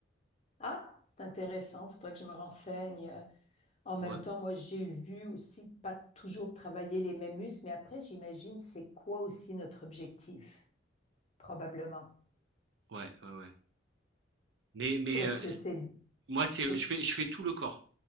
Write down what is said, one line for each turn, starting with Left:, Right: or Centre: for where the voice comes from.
Left: Ah, c'est intéressant. Faudrait que je me renseigne. Euh, En même
Right: ouais,
Left: temps, moi, j'ai vu aussi pas toujours travailler les mêmes muscles, mais après, j'imagine c'est quoi aussi notre objectif, probablement.
Right: ouais, ouais. ouais. Mais, mais
Left: Toi, est-ce
Right: euh,
Left: que c'est...
Right: moi
Left: c'est-
Right: c'est je fais je fais tout le corps.